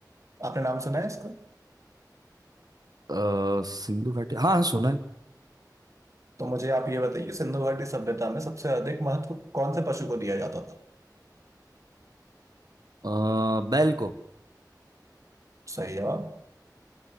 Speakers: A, on the right; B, on the right.
A: आपने नाम सुना है इसका
B: अ, सिंधु घाटी हाँ हाँ, सुना है
A: तो मुझे आप ये बताइए सिंधु घाटी सभ्यता में सबसे अधिक महत्व कौन से पशु को दिया जाता था
B: अ, बैल को
A: सही जवाब